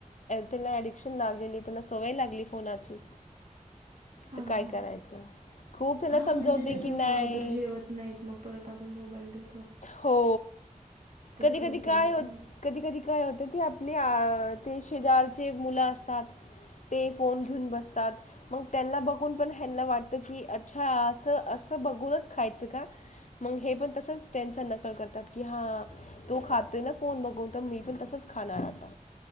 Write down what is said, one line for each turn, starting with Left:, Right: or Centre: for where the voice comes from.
Left: त्याला ऍडिक्शन लागलेली, त्याला सवय लागली फोनाची,
Right: हा
Left: तर काय
Right: हा.
Left: करायचं? खूप त्याला
Right: हा
Left: समजवते
Right: म्हणजे ते
Left: की
Right: कसं
Left: नाही
Right: अगोदर जेवत नाहीत, मग परत आपण मोबाईल दे
Left: हो कधी,
Right: खरंच
Left: कधी काय
Right: जेवत
Left: होत,
Right: नाहीत.
Left: कधी कधी काय होत ती आपले अ ते शेजारचे मुलं असतात ते फोन घेऊन बसतात, मग त्यांना बघून पण ह्यांना वाटत की अच्छा असं असं बघूनच खायचं का. मग हे पण तसंच त्यांच्या नकल करतात. की हा तो खातोय ना फोन बघून, तर मी पण तसच खाणार आता.